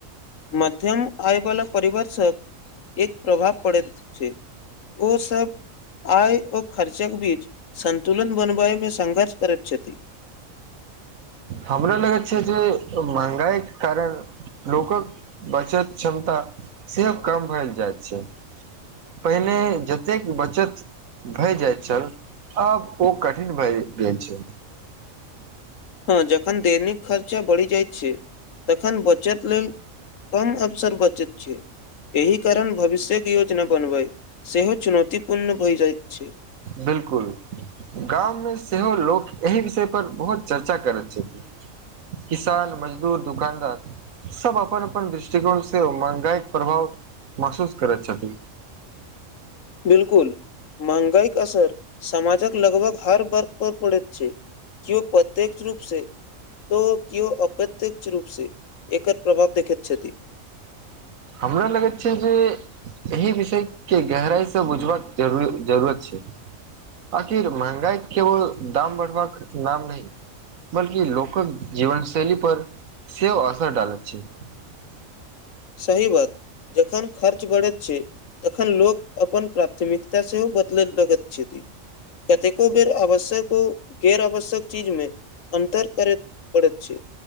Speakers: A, on the left; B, on the right.
A: मध्यम आयवला परिवारसँ एक प्रभाव पड़ैत अछि। ओ सभ। आय ओ खर्चक बीच सन्तुलन बनबयमे संघष करैत छथि।
B: हमरो लगै छै, जे महंगाईके कारण। लोककऽ बचत क्षमता सेहो कम भेल जाइत छै। पहिने जतेक बचत। भय जाइत छल आब ओ कठिन भए गेल छल।
A: हँ, जखन दैनिक खर्चा बढ़ि जाइत छै, तखन बचत लेल। कम अवसर बचैत छै, एहि कारण भविष्यके योजना बनबै सेहो चुनौती। पूर्ण भइ जाइ छै।
B: बिल्कुल। गाममे सेहो लोक एहि विषय पर बहुत चर्चा करैत छथि। किसान, मजदूर, दुकानदार। सभ अपन अपन दृष्टिकोणसे महगाइक प्रभाव महसूस करैत छथिन।
A: बिल्कूल महांगाइक असर समाजक लगभग हर बर। पर पड़ैत छै, केयो प्रत्यक्ष रूप से तो। किओ अप्रत्यक्ष रूपसँ एकर प्रभाव देखैत छथि।
B: हमरा लगैत छै, जे एहि विषयके गहराइ सँ बुझबाक ज जरूरत छै। आखिर महंगाई केवल दाम बढ़बाक नाम नहि। बल्कि लोक कऽ जीवन शैली पर सेहो असर डालैत छी।
A: सही बात जखन खर्च बढ़ैत छै। तखन लोक अपन प्राथमिकता सेहो बदलय लगैत छथि। कतेको बेर आवश्यक गैर आवश्यक चीजमे अन्तर करैत पड़ैत छै।